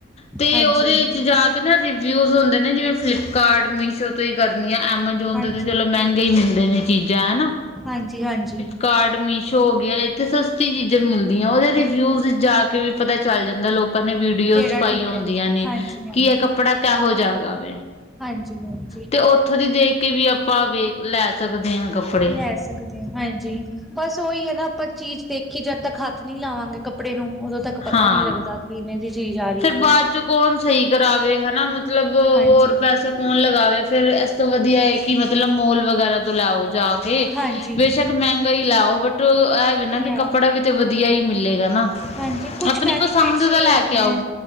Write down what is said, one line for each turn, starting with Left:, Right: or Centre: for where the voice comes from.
Left: ਤੇ
Centre: ਹਾਂਜੀ
Left: ਉਹਦੇ ਵਿੱਚ ਜਾ ਕੇ ਨਾ ਰਿਵਿਊ ਹੁੰਦੇ ਨੇ, ਜਿਵੇਂ ਫਲਿੱਪਕਾਰਟ ਮੀਸ਼ੋ ਤੋਂ ਹੀ ਕਰਨੀ ਆ ਐਮਾਜੋਨ
Centre: ਹਾਂਜੀ
Left: ਤੋਂ ਮਹਿੰਗੇ ਹੀ ਮਿਲਦੇ ਨੇ ਚੀਜ਼ਾਂ ਹਨਾ।
Centre: ਹਾਂਜੀ-ਹਾਂਜੀ
Left: ਕਾਰਡ ਮੀਸ਼ੋ ਹੋ ਗਿਆ, ਇੱਥੇ ਸਸਤੀ ਚੀਜ਼ਾਂ ਮਿਲਦੀਆਂ ਉਹਦੇ ਰਿਵਿਊਜ਼ ਜਾ ਕੇ ਵੀ ਪਤਾ ਚੱਲ ਜਾਂਦਾ ਲੋਕ ਲੋਕਾਂ ਨੇ ਵੀਡੀਓਸ
Centre: ਕਿਹੜਾ
Left: ਪਾਈਆ
Centre: ਠੀਕ
Left: ਹੁੰਦੀਆਂ
Centre: ਹੈ
Left: ਨੇ,
Centre: ਹਾਂਜੀ ਹਾਂਜੀ
Left: ਕੀ ਇਹ ਕੱਪੜਾ ਕਿਹੋ ਜਿਹਾ ਹੈਗਾ ਵੇ
Centre: ਹਾਂਜੀ ਮੈਮ
Left: ਤੇ ਉੱਥੋਂ ਦੀ ਦੇਖ ਕੇ ਵੀ ਆਪਾਂ ਵੇਖ ਲੈ ਸਕਦੇ ਹਾਂ। ਕੱਪੜੇ
Centre: ਲੈ ਸਕਦੇ ਹੋ ਹਾਂਜੀ, ਬਸ ਉਹੀ ਹੈ ਨਾ ਆਪਾਂ ਚੀਜ਼ ਦੇਖੀ ਜਦ ਤੱਕ ਹਥ ਨੀ ਲਾਵਾਂਗੇ ਕੱਪੜੇ ਨੂੰ ਉਦੋਂ ਤੱਕ ਪਤਾ
Left: ਹਾਂ
Centre: ਨੀ ਲੱਗਦਾ ਕਿਵੇਂ ਦੀ ਚੀਜ਼ ਆ। ਰਹੀ
Left: ਫਿਰ
Centre: ਹੈ,
Left: ਬਾਅਦ
Centre: ਕਿਵੇਂ ਨਹੀਂ
Left: ਚ ਕੌਣ ਸਹੀ ਕਰਾਵੇ ਹਨਾ। ਮਤਲਬ ਹੋਰ
Centre: ਹਾਂਜੀ
Left: ਪੈਸੇ ਕੌਣ ਲਗਾਵੇ ਫੇਰ ਇਸ ਤੋਂ ਵਧੀਆ ਹੈ ਕਿ ਮਤਲਬ ਮੋਲ ਵਗੈਰਾ ਤੋਂ ਲੈ ਆਓ ਜਾ ਕੇ
Centre: ਹਾਂਜੀ
Left: ਬੇਸ਼ੱਕ ਮਹਿੰਗਾ ਹੀ ਲੈ ਆਉ ਬਟ ਇਹ ਵੀ ਨਾ ਕਿ
Centre: ਲੈ
Left: ਕੱਪੜਾ ਵੀ ਤੇ ਵਧੀਆ ਹੀ ਮਿਲੇਗਾ ਨਾ
Centre: ਹਾਂਜੀ, ਕੁਛ
Left: ਆਪਣੀ
Centre: ਬੈਨੀਫਿਟਸ
Left: ਪਸੰਦ
Centre: ਵੀ
Left: ਦਾ ਲੈ
Centre: ਹੈਗੇ
Left: ਕੇ ਆਓ
Centre: ਹੈ।